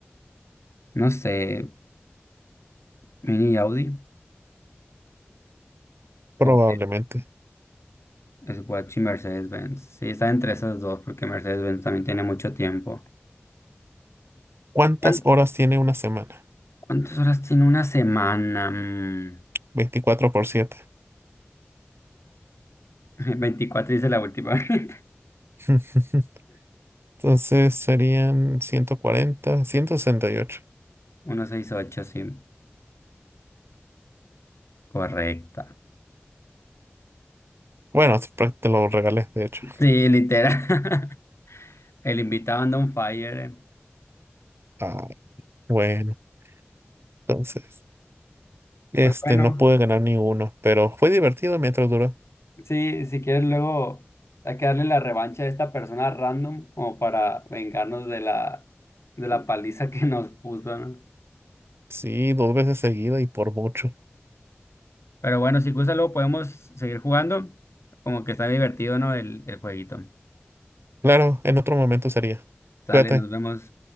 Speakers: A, on the left; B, on the right.
A: No sé, Mini Audi
B: probablemente.
A: o Swatch y Mercedes-Benz. Sí, está entre esas dos porque Mercedes-Benz también tiene mucho tiempo.
B: ¿Cuántas
A: ¿Cuán-
B: horas tiene una semana?
A: ¿Cuántas horas tiene una semana? Mm,
B: 24 por siete.
A: <laughs> 24 dice la última. <laughs>
B: <laughs> Entonces serían 140, 168.
A: 168, sí. Correcta.
B: Bueno, es pra- te lo regalé, de hecho.
A: Sí, literal. <laughs> El invitado anda on fire. eh.
B: Ah, bueno, entonces, este,
A: Pues bueno,
B: no pude ganar ni uno, pero fue divertido mientras duró.
A: sí, si quieres luego hay que darle la revancha a esta persona random como para vengarnos de la, de la paliza que nos puso, ¿no?
B: Sí, dos veces seguida y por mucho.
A: Pero bueno, si gusta, luego podemos seguir jugando. Como que está divertido, ¿no? El, el jueguito.
B: Claro, en otro momento sería.
A: Sale,
B: Cuídate.
A: nos vemos.